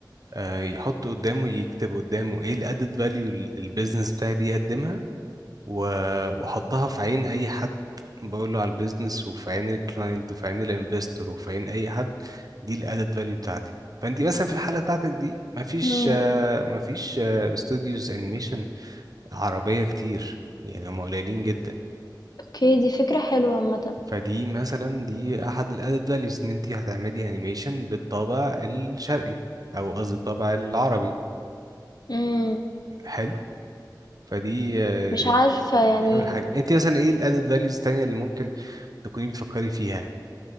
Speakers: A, on the right; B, on the left.
A: آه، يحط قدامه يكتب قدامه ايه الادد فاليو البيزنس بتاعي بيقدمها و- واحطها في عين اي حد بقول له على البيزنس وفي عين الكلاينت وفي عين الانفستور وفي عين اي حد دي الادد فاليو بتاعتي فانت مثلا في الحاله بتاعتك دي مفيش
B: إمم،
A: آه، مفيش استوديوز انيميشن عربيه كتير يعني هم قليلين جدا
B: أوكي دي فكرة حلوة عامةً.
A: فدي مثلا دي احد الادد فاليوز ان انت هتعملي انيميشن بالطابع الشرقي او قصدي الطابع العربي
B: إمم،
A: حلو فدي آه،
B: مش عارفة يعني
A: دي اول حاجه انت مثلا ايه الادد فاليوز التانيه اللي ممكن تكوني بتفكري فيها